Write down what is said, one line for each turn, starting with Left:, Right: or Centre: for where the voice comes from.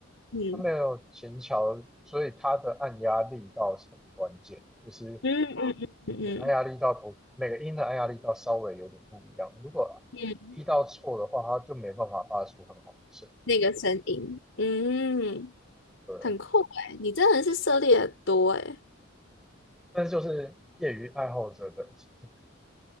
Left: 嗯
Centre: 他没有琴桥，所以他的按压力道是很关键，就是
Left: 嗯嗯嗯嗯
Centre: 你按压力道不，每个音的按压力道稍微有点不一样。如果力道错的话，
Left: 嗯，嗯
Centre: 它就没办法发出很好的声音
Left: 那个声音，嗯，
Centre: 对，
Left: 很酷哎，你真的是涉猎得多哎，
Centre: 但是就是业余爱好者本身。